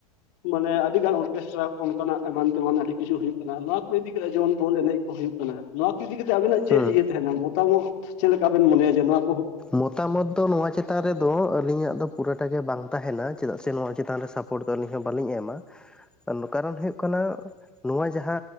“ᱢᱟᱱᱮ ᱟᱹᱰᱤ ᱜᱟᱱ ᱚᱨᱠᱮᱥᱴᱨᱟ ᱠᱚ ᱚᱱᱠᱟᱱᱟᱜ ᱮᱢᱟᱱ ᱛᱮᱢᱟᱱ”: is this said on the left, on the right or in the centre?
Left